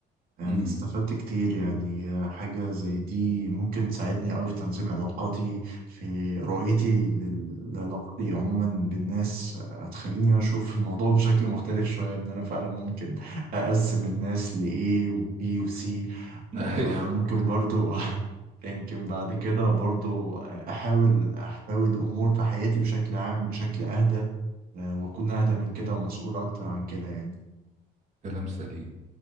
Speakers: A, on the right; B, on the right.
A: يعني
B: امم
A: استفدت كتير يعني حاجة زي دي ممكن تساعدني أوي في تنظيم علاقاتي في رؤيتي لل- لعلاقتي عموما بالناس هتخليني أشوف الموضوع بشكل مختلف شوية إن أنا فعلا ممكن أقسم الناس لإيه وبي وسي
B: <laughs>
A: آه،
B: أيوه
A: وممكن برضو <laughs> يمكن بعد كده برضو أحاول أحتوي الأمور في حياتي بشكل عام بشكل أهدى آه، وأكون أهدى من كده ومسؤول أكتر عن كده يعني
B: كلام سليم